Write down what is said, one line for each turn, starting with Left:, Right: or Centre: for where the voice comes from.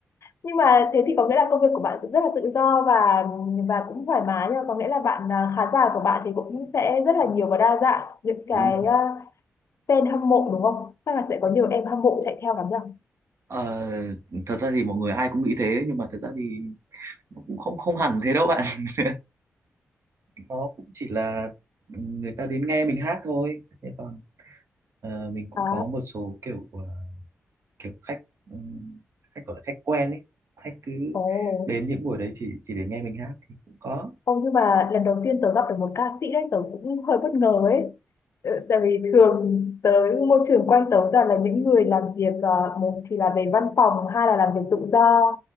Left: Nhưng mà thế thì có nghĩa là công việc của bạn cũng rất là tự do và và cũng thoải mái nha, có nghĩa là bạn à, khán giả của bạn thì cũng sẽ rất là nhiều và đa dạng những cái
Right: đúng rồi
Left: à, fan hâm mộ đúng không? Chắc là sẽ có nhiều em hâm mộ chạy theo lắm nhỉ?
Right: ờ, thật ra thì mọi người ai cũng nghĩ thế nhưng mà thật ra thì nó cũng không không hẳn thế đâu bạn <laughs> nó cũng chỉ là người ta đến nghe mình hát thôi thế còn ờ, mình cũng
Left: À,
Right: có một số kiểu ờ, kiểu khách ừm, khách gọi là khách quen ấy khách cứ
Left: ồ.
Right: đến những buổi đấy chỉ chỉ để nghe mình hát thì cũng có
Left: Ô, nhưng mà lần đầu tiên tớ gặp được một ca sĩ đấy, tớ cũng hơi bất ngờ ấy. Ờ, Tại vì thường tớ, môi trường quanh tớ toàn là những người làm việc, ờ, một thì là về văn phòng, hai là làm việc tự do,